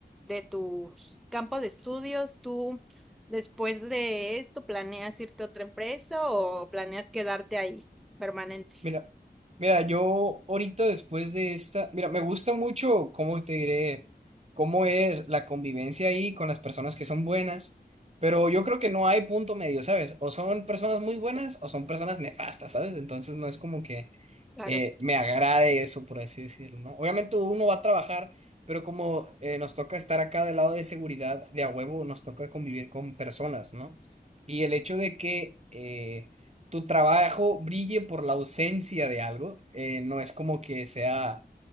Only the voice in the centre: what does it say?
de tu campo de estudios. ¿Tú después de esto planeas irte a otra empresa o planeas quedarte ahí permanente?
Claro,